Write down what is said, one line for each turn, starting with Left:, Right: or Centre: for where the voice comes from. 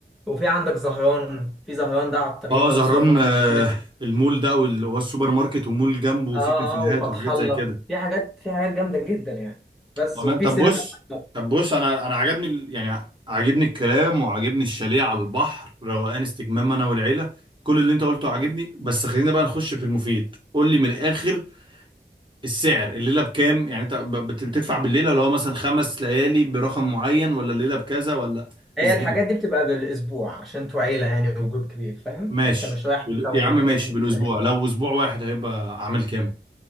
Centre: وفي عندك زهران في زهران ده على الطريق
Right: اه
Centre: برضه
Right: زهران
Centre: سوبر ماركت
Right: آه
Centre: جامد
Right: المول ده او اللي هو السوبر ماركت ومول جنبه
Centre: اه
Right: فيه كافيهات
Centre: اه وفتح
Right: وحاجات
Centre: الله
Right: زي كده
Centre: في حاجات في حاجات جامده جدا يعني بس
Right: تمام
Centre: وفي
Right: طب
Centre: سينما
Right: بص
Centre: برضه.
Right: طب بص انا انا عجبني ال- يعني عجبني الكلام وعجبني الشاليه على البحر روقان استجمام انا والعيله كل اللي انت قلته عجبني بس خلينا بقى نخش في المفيد قول لي من الاخر السعر الليله بكام يعني انت ب- بت- بتدفع بالليله اللي هو مثلا خمس ليالي برقم معين ولا الليله بكذا ولا
Centre: هي
Right: ازاي
Centre: الحاجات دي بتبقى بالاسبوع عشان انتوا عيله يعني وجروب كبير فاهم
Right: ماشي
Centre: يعني انت مش رايح
Right: بال-
Centre: انت واتنين
Right: يا عم ماشي بالاسبوع
Centre: تلاته
Right: لو اسبوع واحد هيبقى عامل كام